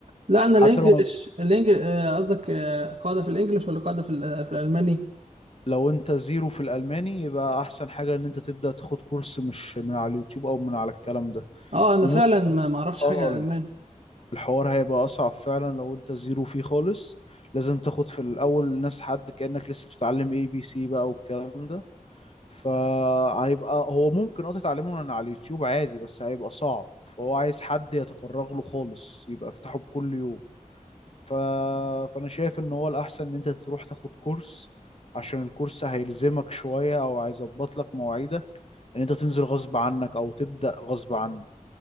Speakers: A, on the right; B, on the left.
A: لا انا
B: حتى
A: الانجليش
B: لو
A: الانجليش قصدك آه، قاعدة في الانجليش ولا قاعدة في ال... في الألماني
B: لو انت زيرو في الألماني يبقى أحسن حاجة إن انت تبدأ تاخد كورس مش من على اليوتيوب أو من على الكلام ده
A: اه انا
B: وم...
A: فعلا ما ما اعرفش
B: اه
A: حاجة عن الألماني
B: الحوار هيبقى أصعب فعلا لو انت زيرو فيه خالص لازم تاخد في الأول ناس حد كأنك لسه بتتعلم اي بي سي بقى والكلام ده فهيبقى هو ممكن اه تتعلمه من على اليوتيوب عادي بس هيبقى صعب فهو عايز حد يتفرغ له خالص يبقى يفتحه بكل يوم ف... فانا شايف ان هو الاحسن ان انت تروح تاخد كورس عشان الكورس هيلزمك شوية او هيظبط لك مواعيدك ان انت تنزل غصب عنك او تبدأ غصب عنك